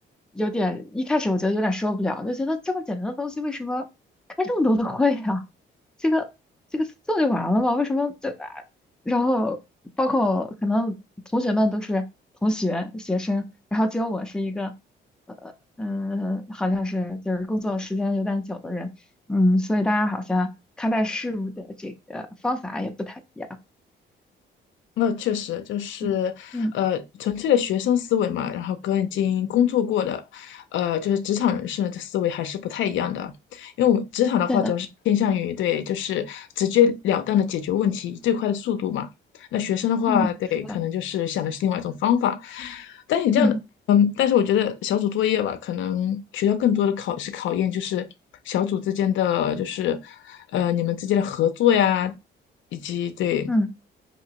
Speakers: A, in the centre; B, on the left.
A: 有点，一开始我觉得有点受不了，就觉得这么简单的东西为什么开这么多的会啊？这个这个做就完了嘛？为什么就啊？然后包括可能同学们都是同学学生，然后只有我是一个，呃嗯，好像是就是工作时间有点久的人，嗯，所以大家好像看待事物的这个方法也不太一样，
B: 那确实就是，
A: 嗯嗯，
B: 呃，纯粹的学生思维嘛，然后跟已经工作过的，呃，就是职场人士的这思维还是不太一样的。因为我们职场的话，
A: 对的，
B: 主要是偏向于对，就是直截了当的解决问题，以最快的速度嘛。那学生的话，
A: 嗯，
B: 对，
A: 是的。
B: 可能就是想的是另外一种方法。但你这样的，
A: 嗯。
B: 嗯，但是我觉得小组作业吧，可能学校更多的考是考验就是小组之间的，就是，呃，你们之间的合作呀，以及对。
A: 嗯，